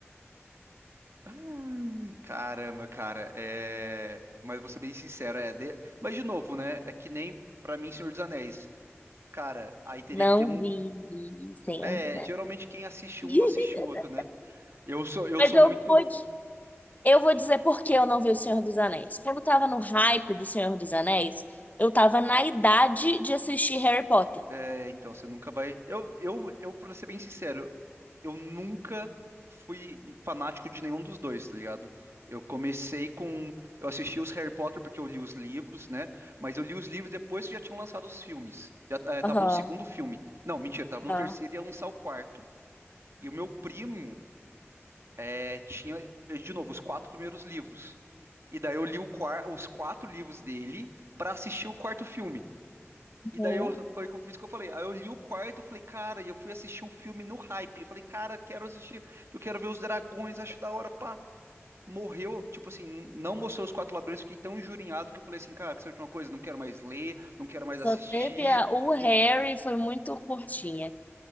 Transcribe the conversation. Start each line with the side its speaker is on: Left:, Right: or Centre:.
Right: Ai, Caramba, cara. É... Mas vou ser bem sincero, é. de- Mas de novo, né? É que nem pra mim, Senhor dos Anéis. Cara, aí teria
Left: Não
Right: que ter um.
Left: vi, Senhor
Right: É,
Left: dos Anéis.
Right: geralmente quem assiste
Left: <laughs>
Right: um não assiste o outro, né? Eu sou, eu
Left: Mas
Right: sou
Left: eu
Right: muito.
Left: vou, di- eu vou dizer por que eu não vi o Senhor dos Anéis. Quando eu tava no hype do Senhor dos Anéis, eu tava na idade de assistir Harry Potter.
Right: é, então, você nunca vai. Eu, eu, eu, pra ser bem sincero, eu nunca fui fanático de nenhum dos dois, tá ligado? Eu comecei com. Eu assisti os Harry Potter porque eu li os livros, né? Mas eu li os livros depois que já tinham lançado os filmes. Já eh, tava
Left: Aham,
Right: no segundo filme. Não, mentira, tava no
Left: aham.
Right: terceiro e ia lançar o quarto. E o meu primo eh, tinha, eh, de novo, os quatro primeiros livros. E daí eu li o quar- os quatro livros dele pra assistir o quarto filme. E
Left: Hum.
Right: daí eu, foi o que eu fiz que eu falei. Aí eu li o quarto, eu falei, cara, e eu fui assistir o filme no hype. Falei, cara, quero assistir, eu quero ver os dragões, acho da hora, pá. Morreu, tipo assim, não mostrou os quatro ladrões, fiquei tão injurinhado que eu falei assim, cara, que seja uma coisa, não quero mais ler, não quero mais
Left: Só
Right: assistir.
Left: teve a... O Harry
Right: E,
Left: foi muito curtinha.